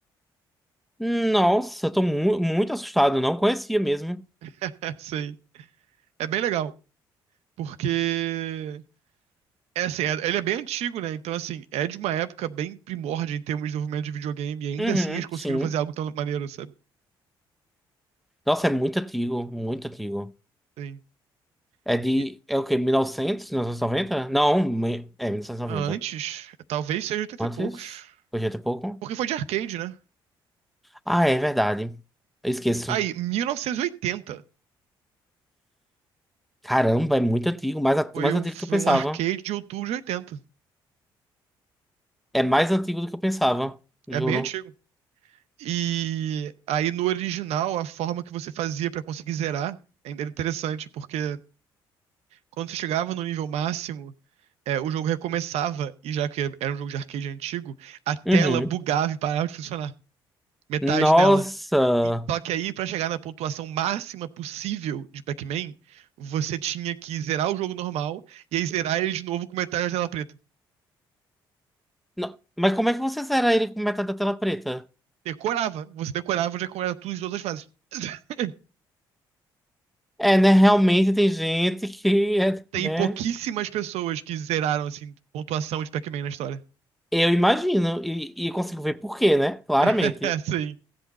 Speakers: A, in the centre; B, on the right (about 65°).
A: Nossa, eu tô mu- muito assustado. Não conhecia mesmo.
B: <laughs> Assim, é bem legal. Porque. É assim, é- ele é bem antigo, né? Então, assim, é de uma época bem primórdia em termos de desenvolvimento de videogame. E ainda
A: Uhum,
B: assim eles conseguiram
A: sim.
B: fazer algo tão maneiro, sabe?
A: Nossa, é muito antigo, muito antigo.
B: Sim.
A: É de.
B: E-
A: É o quê? mil e novecentos? mil novecentos e noventa Não, me- é mil novecentos e noventa
B: Antes, talvez seja 80
A: Antes?
B: e poucos.
A: Hoje é até pouco.
B: Porque foi de arcade, né?
A: Ah, é verdade. Eu esqueço.
B: Aí, 1980.
A: Caramba, é muito antigo, mais, at-
B: Foi,
A: mais
B: o-
A: antigo
B: foi
A: do que eu pensava.
B: um arcade de outubro de 80.
A: É mais antigo do que eu pensava, juro.
B: É bem antigo. E aí, no original, a forma que você fazia pra conseguir zerar ainda era interessante, porque quando você chegava no nível máximo, é, o jogo recomeçava, e já que era um jogo de arcade antigo, a tela
A: Uhum.
B: bugava e parava de funcionar. Metade
A: Nossa!
B: dela. E, só que aí, pra chegar na pontuação máxima possível de Pac-Man, você tinha que zerar o jogo normal e aí zerar ele de novo com metade da tela preta.
A: No- Mas como é que você zera ele com metade da tela preta?
B: decorava. Você decorava onde é que era tudo em todas as fases. <laughs>
A: É, né? Realmente tem gente que <laughs> é,
B: Tem
A: né?
B: pouquíssimas pessoas que zeraram, assim, pontuação de Pac-Man na história.
A: Eu imagino e, e consigo ver por quê, né? Claramente.
B: <laughs> Sim.